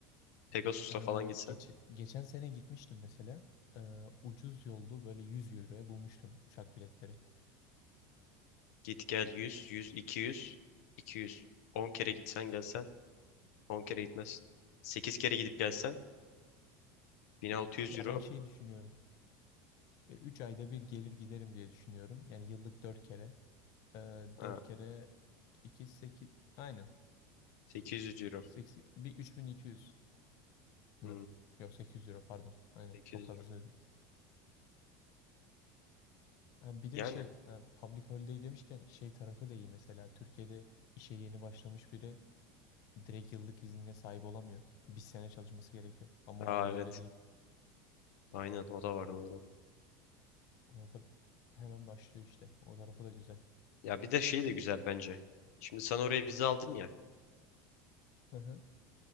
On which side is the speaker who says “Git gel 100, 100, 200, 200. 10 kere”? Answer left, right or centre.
Left